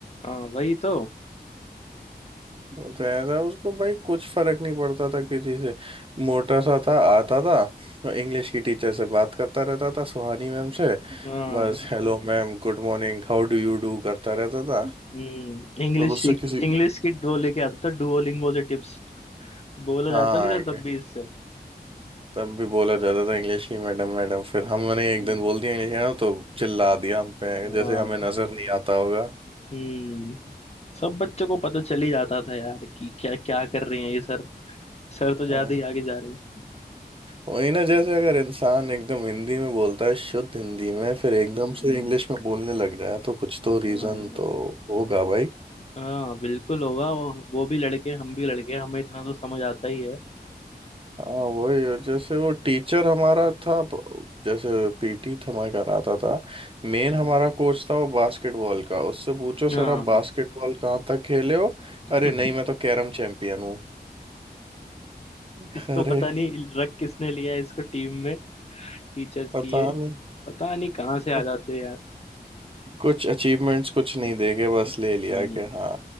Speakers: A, on the left; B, on the right.
A: हाँ वही तो
B: तो ऐसा उसको भाई कुछ फर्क नहीं पड़ता था किसी से मोटा सा था आता था और इंग्लिश की टीचर से बात करता रहता था सुहानी मैम से
A: हाँ
B: बस hello ma'am good morning how do you do करता रहता था
A: हम्म इंग्लिश
B: और उससे
A: सीख
B: किसी
A: इंग्लिश की वो लेके आता था डुओलिंगो से टिप्स बोला
B: हाँ
A: जाता नहीं था तब भी इससे
B: तब भी बोला जाता था इंग्लिश की मैडम मैडम फिर हमने एक
A: हम्म,
B: दिन बोल दिया इंग्लिश मैडम तो चिल्ला दिया हम पे
A: हाँ
B: जैसे हमें नजर नहीं आता होगा
A: हम्म सब बच्चों को पता चल ही जाता था यार कि क्या क्या कर रहे हैं ये सर सर तो ज्यादा
B: हाँ,
A: ही आगे जा रहे हैं
B: वही ना जैसे अगर इंसान एकदम हिंदी में बोलता है शुद्ध हिंदी में फिर एकदम
A: हम्म
B: से इंग्लिश में बोलने लग जाए तो कुछ तो
A: हाँ
B: रीजन तो होगा भाई
A: हाँ, बिल्कुल होगा वो वो भी लड़के हम भी लड़के हमें इतना तो समझ आता ही है
B: हाँ वही और जैसे वो टीचर हमारा था ब- जैसे पीटी हमारा कराता था मेन
A: हम्म,
B: हमारा कोच था वो बास्केटबॉल का उससे पूछो सर
A: हाँ
B: आप बास्केटबॉल कहाँ तक खेले हो
A: <laughs>
B: अरे नहीं मैं तो कैरम चैंपियन हूँ <laughs>
A: इसको
B: अरे
A: पता नहीं रख किसने लिया है इसको टीम में टीचर्स
B: पता
A: की ये
B: नहीं
A: पता नहीं कहाँ से आ
B: कुछ
A: जाते हो यार
B: कुछ अचीवमेंट्स कुछ नहीं देखे बस ले लिया
A: हम्म
B: कि हाँ